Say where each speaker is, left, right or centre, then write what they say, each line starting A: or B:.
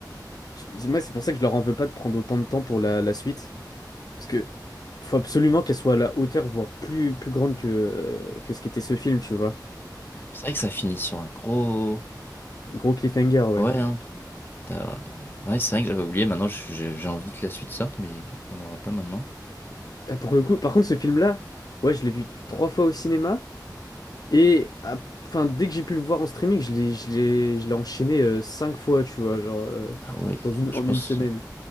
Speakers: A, on the left; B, on the left.
A: tu- moi, c'est pour ça que je leur en veux pas de prendre autant de temps pour la, la suite. Parce que Il faut absolument qu'elle soit à la hauteur, voire plus, plus grande que, euh, que ce qu'était ce film, tu vois.
B: C'est vrai que ça finit sur un gros...
A: Gros cliffhanger, ouais.
B: Ouais, hein. t'as- Ouais, c'est vrai que j'avais oublié. Maintenant, je- j'ai j'ai envie que la suite sorte, mais on l'aura pas maintenant.
A: Ah, pour le coup, par contre, ce film-là, ouais, je l'ai vu trois fois au cinéma. Et ah, enfin, dès que j'ai pu le voir en streaming, je l'ai, je l'ai, je l'ai enchaîné euh, cinq fois, tu vois, genre euh,
B: Ah ouais,
A: dans une,
B: je
A: en
B: pense
A: une semaine.
B: ça.